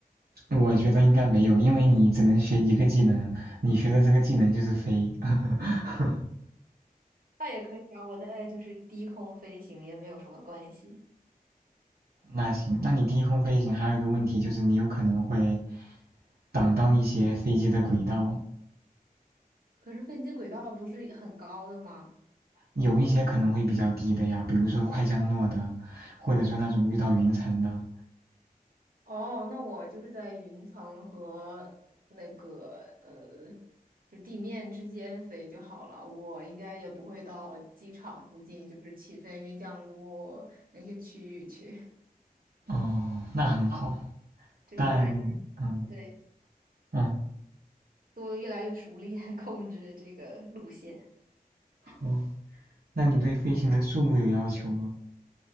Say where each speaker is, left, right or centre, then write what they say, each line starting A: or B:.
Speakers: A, on the right; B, on the right.
A: 我觉得应该没有，因为你只能学一个技能，你学的这个技能就是飞。<laughs>
B: 那也可以啊，我在就是低空飞行也没有什么关系。
A: 那行，那你低空飞行还有一个问题就是你有可能会挡到一些飞机的轨道，
B: 可是飞机轨道不是很高的吗？
A: 有一些可能会比较低的呀，比如说快降落的，或者说那种遇到云层的。
B: 哦，那我就是在云层和那个呃，就地面之间飞就好了。我应该也不会到机场附近，就是起飞、降落那些区域去。<laughs>
A: 哦，那很好，
B: 就是
A: 但嗯
B: 对。
A: 嗯，
B: 多越来越熟练 <laughs> 控制这个路线。
A: 哦，那你对飞行的速度有要求吗？